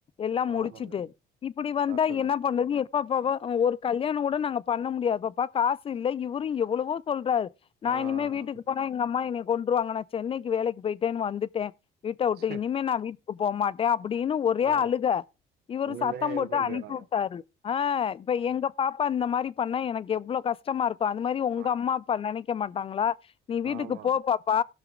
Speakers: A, on the left; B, on the right.
A: எல்லா முடிச்சுட்டு
B: ஆமாங்க
A: இப்டி வந்தா
B: கரெக்ட்டு
A: என்ன பண்ணுது எப்பப்ப ஒரு கல்யாண கூட நாங்க பண்ண முடியாது பாப்பா காசு இல்ல இவரு எவ்ளவோ சொல்றாரு நா
B: தா ஆ ஆ
A: இனிமே வீட்டுக்கு போனா எங்க அம்மா என்னைய கொண்ட்ருவாங்க நா சென்னைக்கு வேலைக்கு போய்ட்டேன்னு வந்துட்டே வீட்ட உட்டு
B: சரி.
A: இனிமே நா வீட்டுக் போ மாட் டே அப்டின்னு ஒரே
B: ஆ
A: அழுக இவரு
B: உங்களயே
A: சத்த போட்டு
B: இது பண்ட்டுக்கறாங்க
A: அனுப்பி விட்டாரு ஆ இப்ப எங்க பாப்பா இந்த மாரி பண்ணா எனக்கு எவ்ளோ கஷ் கஸ்டமா இருக்கோ அந்த மாரி உங்க
B: ஆ
A: அம்மா அப்பா நெனைக்க மாட்டாங்களா நீ வீட்டுக்கு
B: ஆமா
A: போ பாப்பா